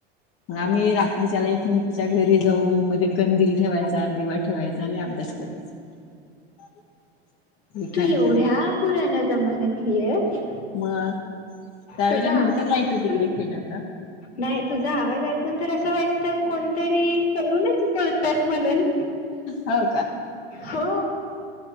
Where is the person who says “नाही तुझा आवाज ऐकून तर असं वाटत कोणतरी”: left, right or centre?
Left